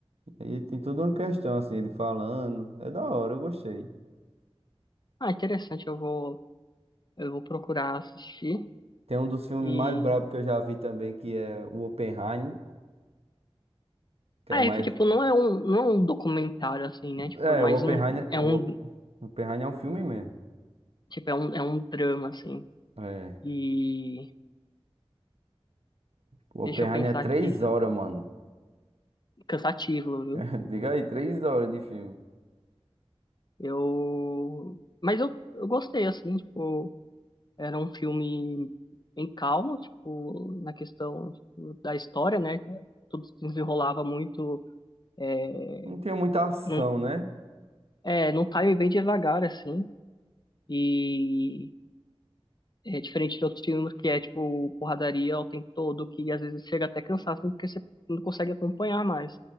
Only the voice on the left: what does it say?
Ah, interessante, eu vou, eu vou procurar assistir.
E
Ah,
é que, tipo, não é um, não é um documentário, assim, né? Tipo,
é mais
um, é
um,
tipo, é um, é um drama, assim.
E
deixa
eu pensar
aqui, isso
é
cansativo, viu?
Eu, mas eu, eu gostei, assim, tipo, era um filme em calmo, tipo, na questão, tipo, da história, né? Tudo se desenrolava muito, é,
num,
é, num time bem devagar, assim. E É diferente de outros filmes que é, tipo, porradaria o tempo todo, que às vezes chega até cansaço, porque você não consegue acompanhar mais.